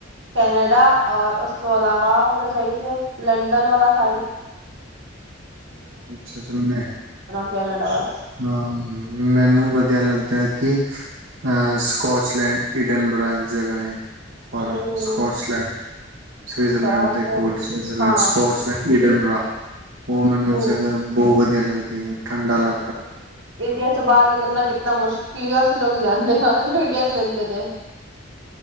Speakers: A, on the right (about 65°); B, on the right (about 80°).
A: ਕੈਨੇਡਾ ਔਰ ਉਸ ਤੋਂ ਇਲਾਵਾ, ਅਗਰ ਜਾਏ ਤੇ ਲੰਡਨ ਵਾਲਾ ਸਾਈਡ। <inaudible>
B: ਅੱਛਾ ਅੱਛਾ ਮੈਂ
A: ਕੈਨੇਡਾ‌।
B: ਹਾਂ ਮੈਨੂੰ ਵਧੀਆ ਲੱਗਦਾ ਐ, ਕਿ ਅ ਸਕੋਚਲੈਂਡ ਇਡਨਬਰਾ ਇੱਕ ਜਗ੍ਹਾ ਐ। ਫ
A: ਹੂੰ
B: ਸਕਚਲੈਂਡ ਸਿਵਜਰਲੈਂਡ
A: ਬਸ
B: ਦੇ ਕੋਲ ਸਿਵਜਰਲੈਂਡ
A: ਹਾਂ
B: ਸਕਚਲੈਂਡ, ਇਡਨਬਰਾ, ਉਹ ਮੈਨੂੰ
A: ਹੂੰ
B: ਜ਼ਿਆਦਾ ਬਹੁਤ ਵਧੀਆ ਲ ਲੱਗਦੀ ਠੰਡਾ ਲ
A: ਇੰਡੀਆ ਤੋਂ ਬਾਹਰ ਨਿ ਨਿਕਲਨਾ ਕਿਤਨਾ ਮੁਸ਼ਕਿਲ ਆ, ਅਸੀਂ ਲੋਕ ਹੀ ਜਾਂਨੇ ਆ, ਜੋ ਇੰਡੀਆਂ ਚ ਰਹਿੰਦੇ ਨੇ।